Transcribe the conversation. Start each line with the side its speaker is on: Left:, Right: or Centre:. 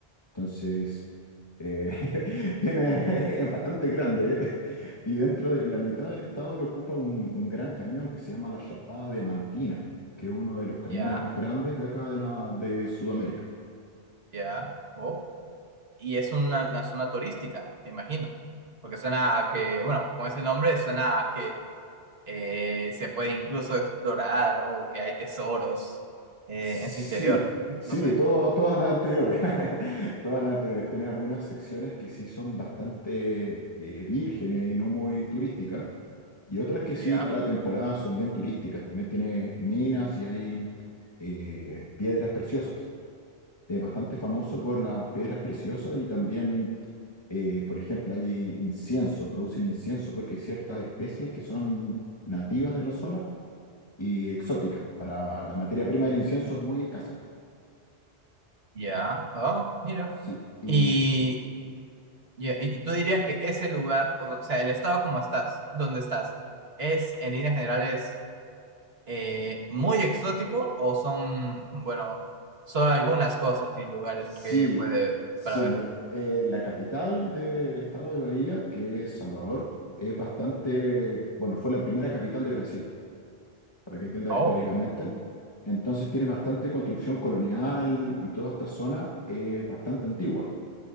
Left: Entonces, eh, <laughs> tiene, es bastante grande, ¿eh? Y dentro de y la mitad del estado lo ocupa un, un gran cañón que se llama la Chapada Diamantina, que es uno de los cañones
Right: Ya.
Left: más grandes de acá de, la, de Sudamérica.
Right: Ya, oh. Y es una, una zona turística, me imagino. Porque suena a que, bueno, con ese nombre suena a que eh, se puede incluso explorar o que hay tesoros eh,
Left: Sí,
Right: en su interior.
Left: sí,
Right: No sé.
Left: todo- todas las anteriores. <laughs> Todas las anteriores. Tienen algunas secciones que sí son bastante eh, vírgenes y no muy turísticas. Y otras que sí,
Right: Ya,
Left: para temporada, son bien turísticas. También tiene minas y hay eh, piedras preciosas. Es bastante famoso por las piedras preciosas y también, eh, por ejemplo, hay incienso, producen incienso porque hay ciertas especies que son nativas de la zona y exóticas. Para la materia prima del incienso es muy escasa.
Right: ya. Ah, mira.
Left: Sí, y
Right: Y, ya, y tú dirías que ese lugar, o sea, el estado como estás, donde estás, es en líneas generales eh, muy exótico o son, bueno, solo algunas cosas y lugares
Left: sí,
Right: que puede
Left: sí,
Right: para ver.
Left: mira, eh, la capital del estado de Bahía, que es Salvador, es bastante, bueno, fue la primera capital de Brasil, para que entiendas
Right: Oh.
Left: históricamente. Entonces tiene bastante construcción colonial y toda esta zona es bastante antigua.